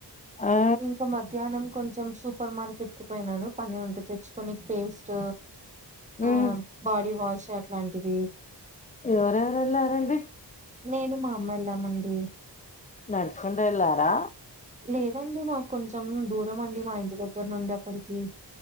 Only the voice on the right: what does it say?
ఇంకా మధ్యాహ్నం కొంచెం సు సూపర్ మార్కెట్కు పోయినాను పని ఉంటే తెచ్చుకొనికి పేస్ట్
ఆ బాడీవాష్ అట్లాంటివి
నేను మా అమ్మ యెళ్ళామండి
లేదండి మాకు కొంచెం దూరంమండి మా ఇంటి దగ్గర నుండి అక్కడికి